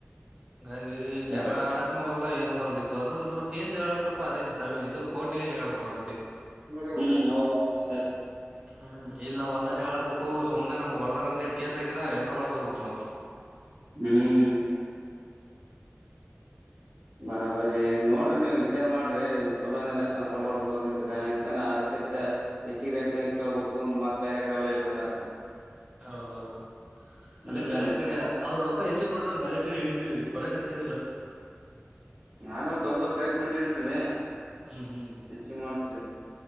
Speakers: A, on the right (about 25°); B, on the right (about 65°).
A: ಗಾಗಿ
B: ಸರಿ
A: ಜಗಳ ಅಡಕನು ಬರಲ. ಗೌರ್ಮೆಂಟ್ ದೋರ್ ಎನ್ ಜಗಳಾಡ್ತಪ್ಪ ಅದೇ ಇದು ಕೋರ್ಟಿನಲ್ಲಿ ಜಗಳ ಆಡಬೇಕು.
B: ಹ್ಮ್ ಹೌದದು.
A: ಹ್ಮ್ ಇಲ್ಲಿ ನಾವ್ ಹೋಲ್ದಾಗ ಜಳಾಡ್ಬೇಕು ಸುಮ್ನೆ ನಮ್ಗ್ ಹೊಡದಾರ ಅಂತ ಹೇಳಿ ಕೇಸ್ ಹಾಕ್ಯರ ಎಲ್ರೂ ಒಳಗ್ ಹೋಗ್ಬಿಡ್ತಿ ನಾವು.
B: ಹ್ಮ್ ಬರೋಬರಿ ನೋಡ್ರಿ ನೀವ್ ವಿಚಾರ ಮಾಡ್ರಿ ಚೊಲೋನೆಲ್ಲಾ ಇತ್ತಾನ ಕೊಡ್ಬಾರ್ದು ಗೋರ್ಮೆಂಟ್ಗ ಇರ್ಕಂದ್ರ ಆದ್ರ. ತ್ತ ಹೆಚ್ಚಿಗೆ ರೇಟ್ ಕೇಳ್ಬೇಕು ಮತ್ ಬೇರೆ ಕಡೆ ಹೊಲ ಇಡ್ಬೇಕತ.
A: ಹೌದೌದು
B: ಹ್ಮ್
A: ಅದೇ ಬೇರೆ ಕಡೆ ಅವ್ರ ರೊಕ್ಕ ಹೆಚ್ಚೆ ಕೊಟ್ರ ಬೇರೆ ಕಡೆ ಹಿಡ ಕೊಡಕ್ಕೆ ತಯಾರಿಲ್ಲ.
B: ಯಾರ್ನರ ದೊಡ್ ದೊಡ್ ರೆಕ್ಮೆಂಡ್ ಇಡ್ರಿ
A: ಹ್ಮ್ ಹ್ಮ್
B: ಹೆಚ್ಚಿಗ್ ಮಾಡಸ್ರಿ.